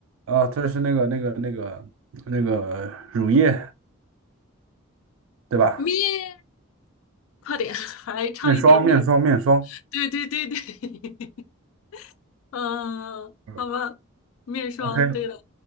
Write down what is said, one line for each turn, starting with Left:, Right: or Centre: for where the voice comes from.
Right: 哦，这是那个那个那个那个乳液，对吧？
Left: 咩，快点，<laughs> 还差一点点，
Right: 面霜、面霜、面霜。
Left: 对对对对。<laughs> 嗯，
Right: 嗯
Left: 好吧，面霜，
Right: ，OK，
Left: 对的，